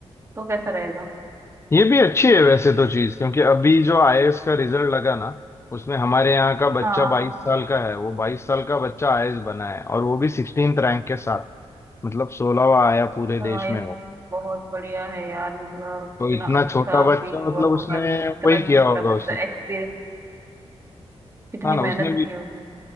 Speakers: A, on the right (about 25°); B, on the left (about 25°).
A: तो कैसा रहेगा
B: ये भी अच्छी है वैसे तो चीज क्योंकि अभी जो आईएएस का रिजल्ट लगा ना उसमें हमारे यहाँ का बच्चा
A: हाँ
B: बाईस साल का है वो बाईस साल का बच्चा आईएएस बना है और वो भी सिक्सटींथ रैंक के साथ मतलब सोलहवा आया पूरे
A: हाँ
B: देश
A: ये
B: में हो
A: बहुत बढ़िया है यार मतलब
B: तो
A: कितना
B: इतना
A: अच्छा
B: छोटा बच्चा
A: फील हुआ
B: मतलब
A: होगा
B: उसने
A: ना इतना
B: वही
A: छोटा
B: किया होगा
A: बच्चा
B: उसने
A: एक्सपीरियंस कितनी
B: हाँ ना
A: मेहनत
B: उसने भी
A: की होगी